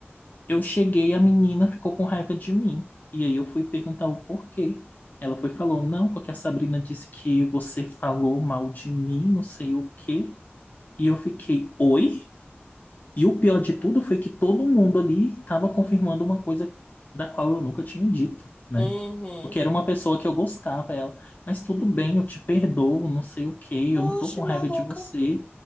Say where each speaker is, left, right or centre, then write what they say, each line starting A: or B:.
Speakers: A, on the left; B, on the left.
A: Eu cheguei, a menina ficou com raiva de mim. E aí eu fui perguntar o porquê. Ela foi e falou, não, porque a Sabrina disse que você falou mal de mim, não sei o quê. E eu fiquei, oi? E o pior de tudo foi que todo mundo ali estava confirmando uma coisa da qual eu nunca tinha dito, né?
B: Uhum.
A: Porque era uma pessoa que eu gostava, ela, mas tudo bem, eu te perdoo, não sei o quê, eu
B: Oxi,
A: não tô com raiva
B: maluca.
A: de você,